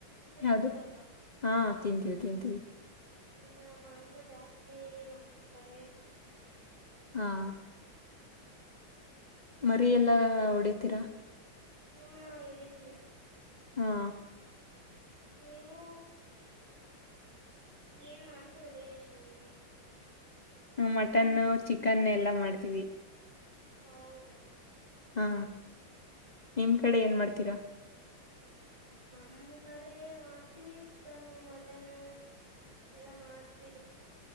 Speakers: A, on the left; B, on the right.
A: ಯಾವದು
B: ತಿಂತೀರಲ್ವಾ
A: ಹಾ ತಿಂತೀವಿ ತಿಂತೀವಿ
B: ನಾ್ ಮಾಂಸ ಜಾಸ್ತಿ ನಮ್ ಕಡೆ <unintelligible>
A: ಹಾ <unintelligible> ಮರಿ ಎಲ್ಲಾ ಹೊಡಿತೀರಾ
B: ಹ್ಮ ಹಿರಿತಿವಿ
A: ಹಾ
B: ನೀವು ಏನ್ ಮಾಂಸದಲ್ಲಿ ಏನ ಇಷ್ಟು ನಿಂಗೆ
A: ಮಟನ್ನು ಚಿಕನ್ ಎಲ್ಲಾ ಮಾಡ್ತೀವಿ
B: ಹೌದಾ
A: ಹಾ ನಿಮ್ ಕಡೆ ಏನ್ ಮಾಡ್ತೀರಾ
B: ನಮ್ ಕಡೆ ಮಾಡ್ತೀವಿ ಚಿಕನ್ನು ಮಟನ್ನು ಎಲ್ಲ ಮಾಡ್ತೀವಿ